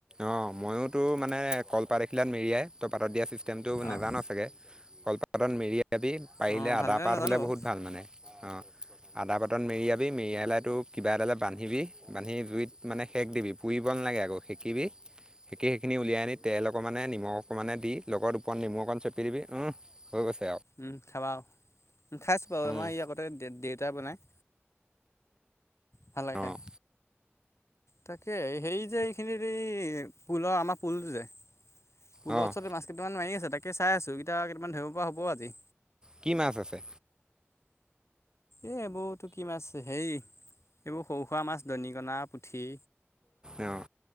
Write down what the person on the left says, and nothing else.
অঁ
অঁ
ভালদৰে
নাজানো
বাৰু
উম, খাবা আৰু খাইছো বাৰু
আমাৰ এই আগতে দেউতাই বনাই। ভাল লাগে
খায়। তাকে হেৰি যে এইখিনিত এই পুলৰ আমাৰ পুলটো যে পুলত
চব মাছ কেইটামান মাৰি আছে তাকে চাই আছো এইকিতা কেইটামান ধৰিব পৰা হব আজি।
এ এইবোৰতো কি মাছ হেৰি এইবোৰ সৰু সুৰা মাছ দৰিকনা, পুঠি